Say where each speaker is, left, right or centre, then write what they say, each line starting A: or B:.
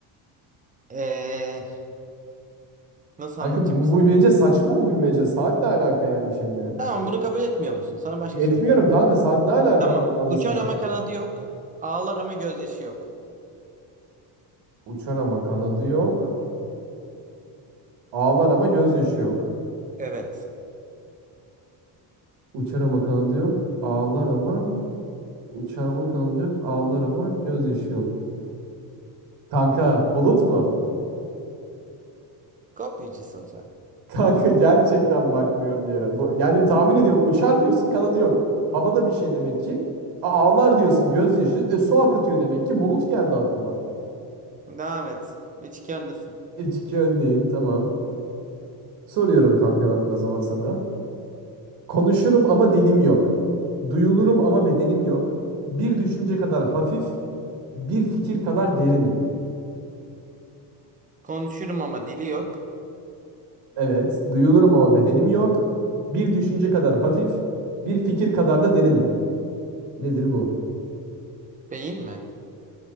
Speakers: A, on the right; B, on the right.
A: ee, nasıl
B: Kanka
A: anlatacağım
B: bu,
A: ki sana?
B: bu bilmece saçma bu bilmece. Saat ne alaka yani şimdi?
A: Tamam bunu kabul etmiyor musun? Sana başka
B: Etmiyorum
A: sorayım.
B: kanka saat ne alaka
A: Tamam.
B: anasını
A: Uçar
B: satayım.
A: ama kanadı yok. Ağlar ama gözyaşı yok.
B: Uçar ama kanadı yok. Ağlar ama gözyaşı yok.
A: Evet.
B: Uçar ama kanadı yok. Ağlar ama uçar ama kanadı yok. Ağlar ama gözyaşı yok. Kanka bulut mu?
A: Kopyacısın sen.
B: Kanka gerçekten bakmıyorum bir yere. Bu, yani tahmin ediyorum uçar diyorsun kanadı yok. Havada bir şey demek ki. A- Ağlar diyorsun gözyaşı. E, su akıtıyor demek ki. Bulut geldi aklıma.
A: Devam et. Üçgendesin.
B: İlk iki önleyim tamam. Soruyorum kanka ben de o zaman sana. Konuşurum ama dilim yok. Duyulurum ama bedenim yok. Bir düşünce kadar hafif, bir fikir kadar derinim.
A: Konuşurum ama dili yok.
B: Evet, duyulurum ama bedenim yok. Bir düşünce kadar hafif, bir fikir kadar da derinim. Nedir bu?
A: Beyin mi?